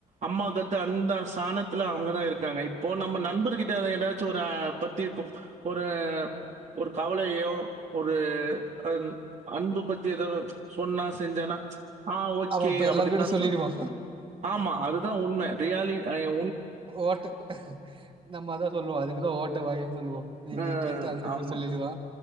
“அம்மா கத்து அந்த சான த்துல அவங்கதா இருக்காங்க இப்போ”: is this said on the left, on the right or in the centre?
Right